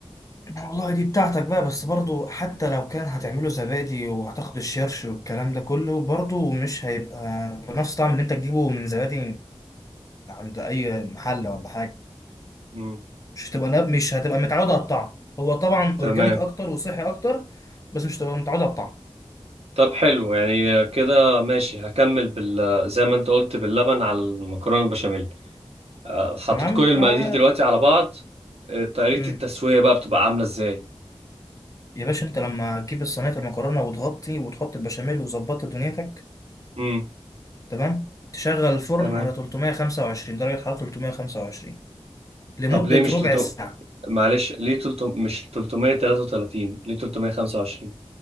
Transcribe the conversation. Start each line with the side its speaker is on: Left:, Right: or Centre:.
Left: والله دي بتاعتك بقى بس برضو حتى لو كان هتعمله زبادي وهتاخد الشيرش والكلام ده كله برضو مش هيبقى بنفس طعم اللي انت تجيبه من زبادي عند اي محل ولا حاجة
Right: مم.
Left: مش هتبقى نب... مش هتبقى متعود على الطعم هو طبعا
Right: تمام
Left: اورجانيك اكتر وصحي اكتر بس مش هتبقى متعود على الطعم
Right: طب حلو يعني كده ماشي هكمل بال زي ما انت قلت باللبن على المكرونه البشاميل آه، حطيت
Left: تمام
Right: كل المقادير
Left: آه...
Right: دلوقتي على بعض آه، طريقه
Left: مم.
Right: التسويه بقى بتبقى عامله ازاي
Left: يا باشا انت لما تجيب الصينيه المكرونه وتغطي وتحط البشاميل وظبطت دنيتك
Right: امم
Left: تمام تشغل الفرن
Right: تمام
Left: على 325 درجه حراره 325 لمده
Right: طب ليه مش
Left: ربع
Right: 300
Left: ساعه
Right: معلش ليه 300 مش 333 ليه 325